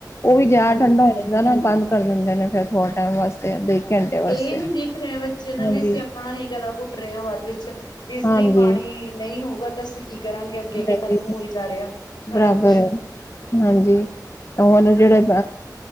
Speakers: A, on the left; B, on the left.
A: ਉਹ ਵੀ ਜਿਆਦਾ
B: ਹਾਂਜੀ
A: ਠੰਡਾ
B: ਭੈਣ
A: ਹੋ ਜਾਂਦਾ ਨਾ ਬੰਦ ਕਰ ਦਿੰਦੇ ਨੇ ਫੇਰ ਥੋੜ੍ਹੇ ਟਾਈਮ ਵਾਸਤੇ ਅੱਧੇ ਘੰਟੇ ਵਾਸਤੇ
B: ਇਹ ਨੀ ਦੇਖ ਰਿਹਾ ਨਾ
A: ਹਾਂਜੀ
B: ਵੀ ਸਿਆ ਆਪਣਾ ਹੀ ਗਲਾ ਘੁੱਟ ਰਹੇ ਹਾਂ ਬਾਅਦ ਵਿੱਚ ਬਿਜਲੀ
A: ਹਾਂਜੀ
B: ਪਾਣੀ ਨਈ ਹੋਊਗਾ ਤਾਂ ਅਸੀਂ ਕੀ ਕਰਾਂਗੇ ਅੱਗੇ ਅੱਗੇ
A: ਹਾਂਜੀ
B: ਖਤਮ ਹੋਈ ਜਾ ਰਿਹਾ ਸਾਰਾ
A: ਬਰਾਬਰ
B: ਕੁੱਛ
A: ਹੈ ਹਾਂਜੀ ਤੇ ਹੁਣ ਉਹ ਜਿਹੜੇ
B: ਹਾਂਜੀ